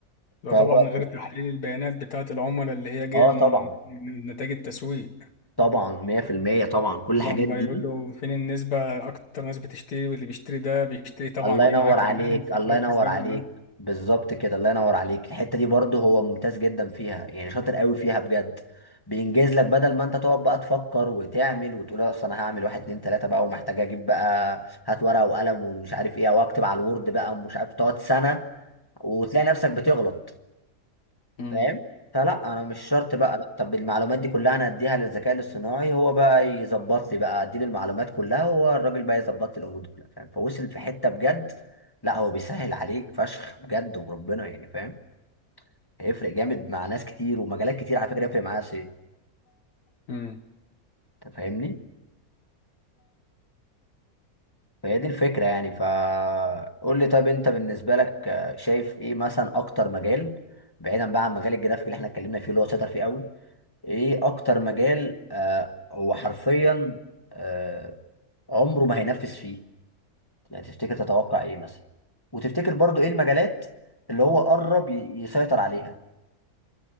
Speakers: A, on the left (about 80°); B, on the left (about 15°).
A: ده
B: فهو
A: طبعا غير تحليل البيانات بتاعه العملاء اللي هي جايه
B: اه
A: من
B: طبعا
A: من نتائج التسويق
B: طبعا 100% طبعا كل الحاجات
A: طبعا بقى
B: دي
A: يقول له فين النسبة أكتر ناس بتشتري واللي بيشتري ده بيشتري طبعا
B: الله
A: إيه
B: ينور
A: معاه كمان
B: عليك
A: فتركز
B: الله ينور
A: ده
B: عليك
A: مع ده
B: بالظبط كده الله ينور عليك الحتة دي برضه هو ممتاز جدا فيها يعني شاطر قوي فيها بجد بينجز لك بدل ما انت تقعد بقى تفكر وتعمل وتقول اصل انا هعمل واحد اتنين تلاتة بقى ومحتاج اجيب بقى هات ورقة وقلم ومش عارف ايه او اكتب على الوورد بقى ومش عارف تقعد سنة وتلاقي نفسك بتغلط
A: امم
B: فاهم فلا انا مش شرط بقى لا طب المعلومات دي كلها انا اديها للذكاء الاصطناعي هو بقى يظبط لي بقى اديله المعلومات كلها هو الراجل بقى يظبط لي الامور دي كلها فاهم فوصل في حته بجد لا هو بيسهل عليك فشخ بجد وربنا يعني فاهم هيفرق جامد مع ناس كتير ومجالات كتير على فكره هيفرق معايا سي
A: امم
B: انت فاهمني فهي دي الفكره يعني فقول لي طيب انت بالنسبه لك آه، شايف ايه مثلا اكتر مجال بعيدا بقى عن مجال الجرافيك اللي احنا اتكلمنا فيه اللي هو شاطر فيه قوي ايه اكتر مجال آه هو حرفيا آه عمره ما هينفذ فيه يعني تفتكر تتوقع ايه مثلا وتفتكر برضو ايه المجالات اللي هو قرب ي- يسيطر عليها